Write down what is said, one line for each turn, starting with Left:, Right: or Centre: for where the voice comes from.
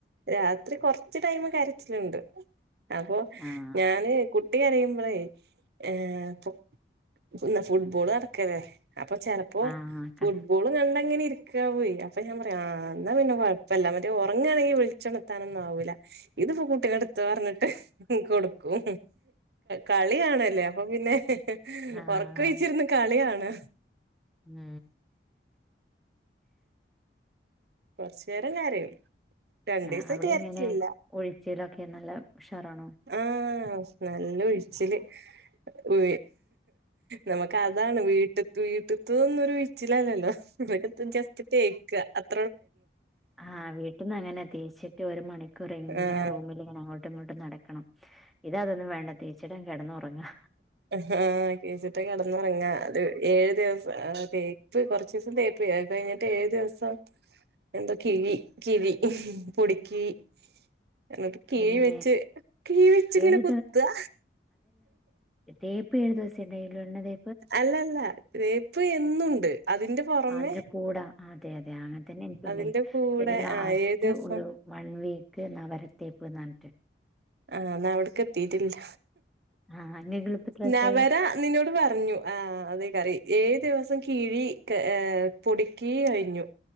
Right: രാത്രി കുറച്ച് ടൈമില് കാരച്ചിലിണ്ട് അപ്പോ
Centre: ആഹ്
Right: ഞാന് കുട്ടികരയുമ്പോേ ഏ പ്പോ പിന്ന ഫുട്ബോൾ നടക്കല്ലെ അപ്പൊ ചെലപ്പോ
Centre: ആഹ്
Right: ഫുട്ബോൾ
Centre: കള
Right: കണ്ടങ്ങനെ ഇരിക്കാവുയ് അപ്പൊ ഞാൻ പറിം ആ ന്നാ പിന്നെ കൊഴപ്പല്ല മറ്റേ ഉറങ്ങാണെങ്കി വിളിച്ചെണത്താനൊന്നാവൂല്ല ഇതിപ്പോ കൂട്ടി നെട്ത്തോന്ന് പറഞ്ഞിട്ട് കൊട്ക്കും കളിയണല്ലേ അപ്പൊ പിന്നെ
Centre: ആഹ്
Right: ഉറക്കൊഴിച്ചിരുന്ന് കളികാണാ
Centre: ഉം
Right: കോർചേരം കരയും രണ്ടീസായിട്ട്
Centre: ആ അവിടെ
Right: കരച്ചിലില്ല
Centre: ഇങ്ങനെ ഉഴിച്ചിലൊക്കെങ്ങനെ നല്ല ഉഷാറാണോ
Right: ആഹ നല്ല ഉഴ്ച്ചില് ഉ നമക്ക് അതാണ് വീട്ട് വീട്ട്ത്തൊന്നുരുഴിച്ചിലല്ലല്ലോ ഇവിടുത്തെ ജെസ്റ്റ്ത്തെക്കാ അത്
Centre: ആഹ് വീട്ടന്ന് അങ്ങനെ തെ ഏസ്യൊക്കെ ഒര് മണിക്കൂറെങ്ങനെ
Right: ആഹ്
Centre: റൂമില്ങ്ങനെ അങ്ങോട്ടും ഇങ്ങോട്ടും നട ക്കണം ഇതതൊന്നും വേണ്ട തേച്ചിണ്ടാണ്ട് കെടന്നാെറങ്ങാ
Right: ആഹ് തേച്ചിട്ട് കെടന്നാെറങ്ങാ അത് ഏഴ് ദിവസം ആഹ് തേ ത് കാെർച്ചീസം തേപ്പ അത്കയ്ഞ്ഞിട്ട് ഏഴ് ദിവസം എന്താേ കിഴി കിഴി പൊടിക്കിഴി ന്നട്ട് കിഴി
Centre: എങ്ങനെ
Right: വെച്ച് കിഴി വെച്ച്ങ്ങനെ
Centre: ഏഴു
Right: കുത്താ
Centre: തേപ്പേഴ് ദിവസം ണ്ടായ്ലാെണ്ണ തേ
Right: അല്ല അല്ല തേപ്പ് എന്നുംണ്ട് അതിന്റെ പുറമെ
Centre: അതിന്റെ കൂടാ അതെ അതെ ആഹ് അങ്ങൻ തന്നെ എനിക്കുണ്ടായി
Right: അതിന്റെ കൂടെ
Centre: പിന്നെ ലാസ്റ്റ്
Right: ആഹ് ഏഴു ദിവസം
Centre: ഒരു വൺ വീക്ക് നവരത്തേപ്പ്ന്നർഞ്ഞ്ട്ട്
Right: ആഹ് ന്നാ അവ്ട്ക്കെത്തീട്ടില്ല
Centre: ആ നിങ്ങൾക്ക് എളുപ്പത്തിൽ മനസ്സിലായി
Right: നവര ന്ന്ന്നോട് പർഞ്ഞു ആഹ് അതെയ്ക്കാരം ഏഴ് ദിവസം കിഴി ഏഹ് പൊടിക്കിഴി കഴിഞ്ഞു